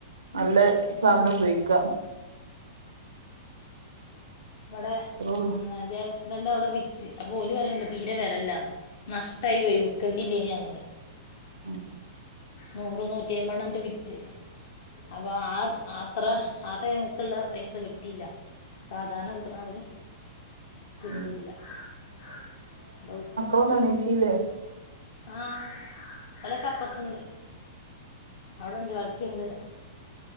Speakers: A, on the right (about 85°); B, on the left (about 55°).
A: നല്ല സാധനം ഉപയോഗിക്കാം
B: ഇവിടെ
A: അത്രേ ഉള്ളൂ
B: ഉം ഹസ്ബൻ്റ അവിടെ വിറ്റ് പോലി പറയണ്ട് തീരെ വിലയില്ലെന്ന് നഷ്ടായി പോയി വെക്കേണ്ടില്ലല്ലേ പറിയണ്ട്
A: ആഹ്
B: നൂറ് നൂറ്റിയമ്പണ്ണട്ട് വിറ്റ് അപ്പോൾ ആഹ് അത്ര അഹ് തേങ്ങൾക്കുള്ള പൈസ കിട്ടിയില്ല സാരണ കിട്ടണവരി കിട്ടിയില്ല
A: ഉം
B: <unintelligible>
A: പ്പ ന്നണേശില്ലേ
B: ആഹ് ഓലൊക്ക അപ്പറത്ണ്ട് അവിടെണ്ട് അൾക്കിണ്ട്